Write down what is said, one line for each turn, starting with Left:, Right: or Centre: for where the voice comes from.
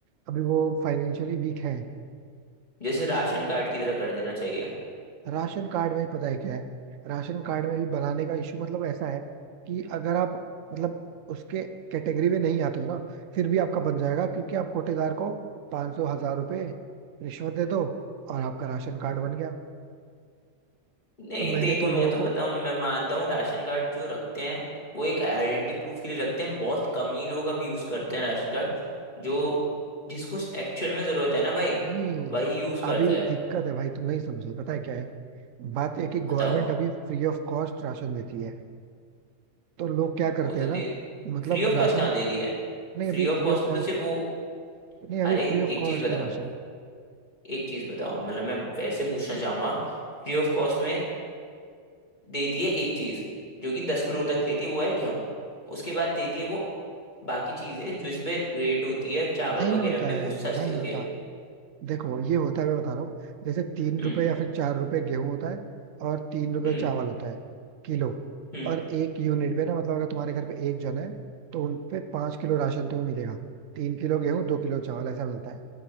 Right: अभी वो फाइनेंशियली वीक हैं
Left: जैसे राशन कार्ड की तरह कर देना चाहिए
Right: राशन कार्ड में ही पता है क्या है राशन कार्ड में भी बनाने का इशू मतलब ऐसा है कि अगर आप मतलब उसके कैटेगरी में नहीं आते हो ना फिर भी आपका बन जाएगा क्योंकि आप कोटेदार को पाँच सौ हजार रुपए रिश्वत दे दो और आपका राशन कार्ड बन गया
Left: नहीं
Right: तो मैंने
Left: देखो
Right: तो
Left: मैं
Right: लोगों
Left: तो बताऊं
Right: को
Left: मैं मानता हूँ राशन कार्ड जो रखते हैं वो एक आइडेंटिटी प्रूफ के लिए रखते हैं बहुत कम ही लोग अब यूज करते हैं राशन कार्ड जो जिसको एक्चुअल में जरूरत है ना भाई
Right: नहीं
Left: वही यूज
Right: अभी
Left: करता है
Right: दिक्कत है भाई तुम नहीं समझे पता है क्या है बात यह है कि गवर्नमेंट
Left: बताओ
Right: अभी फ्री ऑफ कॉस्ट राशन देती है तो लोग क्या
Left: वो
Right: करते
Left: तो
Right: हैं
Left: दे
Right: ना मतलब
Left: फ्री ऑफ
Right: राशन
Left: कॉस्ट कहाँ दे रही है
Right: नहीं
Left: फ्री
Right: अभी
Left: ऑफ
Right: फ्री
Left: कॉस्ट
Right: ऑफ
Left: में
Right: कॉस्ट
Left: तो सिर्फ वो
Right: नहीं अभी
Left: अरे
Right: फ्री ऑफ
Left: एक
Right: कॉस्ट
Left: चीज बताओ
Right: है राशन
Left: एक चीज बताओ मतलब मैं वैसे पूछना चाहूंगा फ्री ऑफ कॉस्ट में देती है एक चीज जो कि दस किलो तक देती है वो है गेहूं उसके बाद देती है वो बाकी चीजें जो इस पे रेट होती है चावल
Right: नहीं
Left: वगैरह
Right: होता
Left: पे
Right: है
Left: वो सस्ती
Right: नहीं
Left: होती
Right: होता
Left: है
Right: देखो ये होता है मैं बता रहा हूँ जैसे तीन
Left: हम्म
Right: रुपए या फिर चार रुपए गेहूं होता है और तीन रुपए
Left: हम्म
Right: चावल होता है किलो
Left: हम्म
Right: और एक यूनिट पे ना मतलब अगर तुम्हारे घर पे एक जन है तो उनपे पांच किलो राशन तुम्हें मिलेगा तीन किलो गेहूं दो किलो चावल ऐसा मिलता है